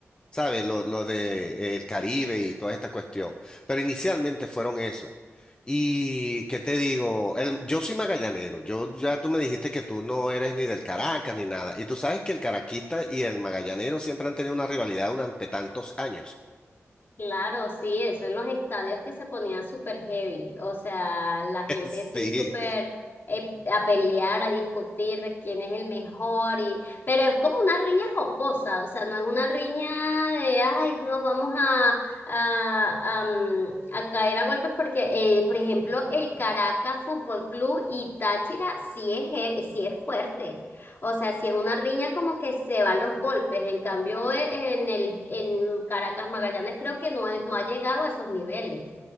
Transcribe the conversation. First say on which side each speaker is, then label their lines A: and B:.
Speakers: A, on the left; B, on the left.
A: ¿sabes? Lo, lo de eh, el Caribe y toda esta cuestión. Pero inicialmente fueron esos. Y qué te digo, El- yo soy magallanero, yo ya tú me dijiste que tú no eres ni del Caracas ni nada. Y tú sabes que el caraquista y el magallanero siempre han tenido una rivalidad durante tantos años.
B: Claro, sí, eso en los estadios que se ponían súper heavy, o sea, la gente
A: <laughs> Sí.
B: sí súper eh, a pelear, a discutir de quién es el mejor, y, pero es como una riña jocosa, o sea, no es una riña de, ay, nos vamos a, a, a, mm, a caer a golpes, porque, eh, por ejemplo, el Caracas Fútbol Club y Táchira sí es, he- sí es fuerte. O sea, si es una riña como que se van los golpes, en cambio e- en el en Caracas Magallanes creo que no, he- no ha llegado a esos niveles.